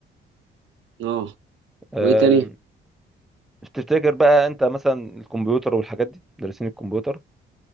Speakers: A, on the right; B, in the centre.
A: اه
B: آه
A: وايه تاني؟
B: تفتكر بقى انت مثلا الكمبيوتر والحاجات دي مدرسين الكمبيوتر